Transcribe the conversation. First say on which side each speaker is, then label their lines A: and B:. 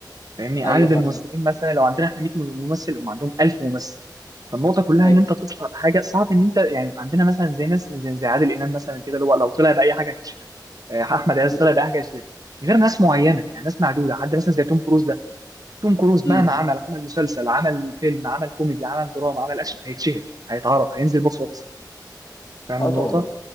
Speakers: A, on the right (about 55°); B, on the left (about 55°).
A: فاهمني عدد
B: ايوه فاهمك
A: الممثلين مثلا لو عندنا احنا 100 ممثل هم عندهم 1000 ممثل فالنقطه كلها
B: ايوه
A: ان انت تطلع بحاجه صعب ان انت يعني عندنا مثلا زي ناس زي, زي عادل امام مثلا كده اللي هو لو طلع باي حاجه هتتشهر آه، احمد عز
B: لا.
A: طلع باي حاجه هتتشهر غير ناس معينه يعني ناس معدوده حد مثلا زي توم كروز ده توم كروز
B: امم
A: مهما عمل عمل مسلسل عمل فيلم عمل كوميدي عمل دراما عمل اكشن هيتشهر هيتعرف هينزل بوكس اوفيس فاهم
B: اه
A: النقطه
B: طبعا